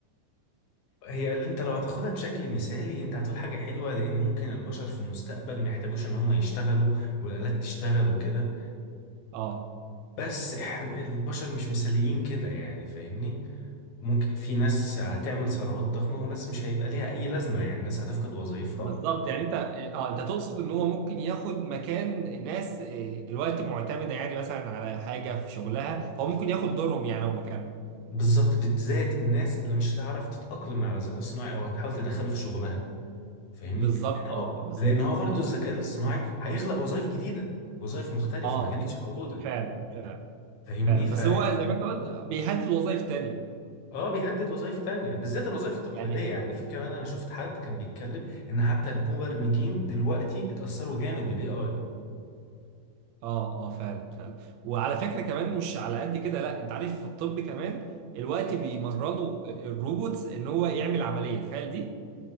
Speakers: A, on the left (about 75°); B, on the right (about 75°).
A: هي اللي انت لو هتاخدها بشكل مثالي انت هتقول حاجه حلوه لان ممكن البشر في المستقبل ما يحتاجوش ان هم يشتغلوا والالات تشتغل وكده
B: اه
A: بس احنا البشر مش مثاليين كده يعني فاهمني ممكن في ناس هتعمل ثروات ضخمة وناس مش هيبقى ليها اي لازمة يعني ناس هتفقد وظائفها
B: بالظبط يعني انت اه انت تقصد ان هو ممكن ياخد مكان ناس آه، الوقت معتمدة يعني مثلا على حاجة في شغلها فهو ممكن ياخد دورهم يعني او مكانهم
A: بالظبط بالذات الناس اللي مش هتعرف تتأقلم على الذكاء الصناعي او هتحاول تدخله في شغلها فاهمني
B: بالظبط
A: لان
B: اه
A: هو
B: بالظبط
A: لان هو برضه الذكاء الاصطناعي هيخلق وظائف جديدة وظائف مختلفة
B: اه
A: ما آه. كانتش موجودة
B: فعلا فعلا
A: فاهمني
B: فعلا
A: ف
B: بس هو زي ما انت قلت بيهدد وظائف تانية
A: اه بيهدد وظائف تانية بالذات الوظائف التقليدية
B: يعني
A: يعني في كمان انا شفت حد كان بيتكلم ان حتى المبرمجين دلوقتي اتأثروا جامد بالاي اي
B: اه اه فعلا فعلا وعلى فكره كمان مش على قد كده لا انت عارف في الطب كمان الوقت بيمرنوا الروبوت ان هو يعمل عمليه تخيل دي